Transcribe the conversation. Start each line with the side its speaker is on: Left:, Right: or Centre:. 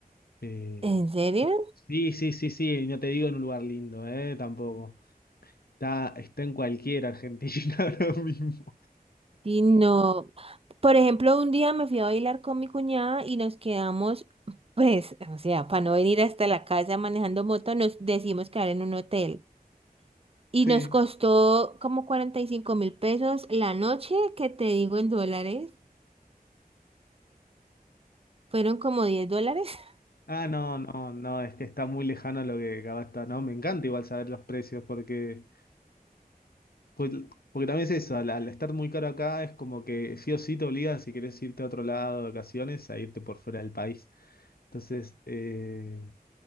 Left: Eh,
Right: ¿En serio?
Left: Sí, sí, sí, sí, no te digo en un lugar lindo, ¿eh? Tampoco. Está, está en cualquier Argentina <laughs> ahora mismo.
Right: Sí, no. Por ejemplo, un día me fui a bailar con mi cuñada y nos quedamos, pues, o sea, para no venir hasta la casa manejando moto, nos decidimos quedar en un hotel. Y
Left: Sí.
Right: nos costó como cuarenta y cinco mil pesos la noche, que te digo en dólares. Fueron como 10 dólares. <laughs>
Left: Ah, no, no, no, es que está muy lejano a lo que acaba está, ¿no? Me encanta igual saber los precios porque, pues, porque también es eso, al, al estar muy caro acá es como que sí o sí te obliga si querés irte a otro lado de vacaciones a irte por fuera del país. Entonces, eh,